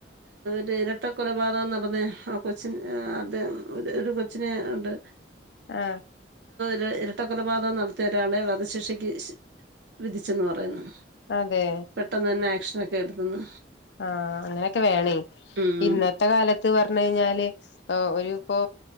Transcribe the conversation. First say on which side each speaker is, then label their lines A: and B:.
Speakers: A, on the right; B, on the left.
A: ര് ഇരട്ട കൊലപാതകം നടന്നെ ആ കൊച്ച് ആ തെ ഒരു കൊച്ചിനെ ണ്ട്
B: ആ
A: ര് ഇരട്ട കൊലപാതകം നടത്തിയ ഒരാളെ വധശിക്ഷക്ക് ശ് വിധിച്ചെന്ന് പറയുന്നു
B: അതെ
A: പെട്ടെന്നെ ന്നെ ആക്ഷ ഒക്കെ എടുത്തെന്ന്
B: ആ അങ്ങനെക്കെ വേണേ
A: ഉം
B: ഇന്നത്തെ കാലത്ത് പർഞ്ഞയ്ഞ്ഞാല് ഏ ഒരു ഇപ്പൊ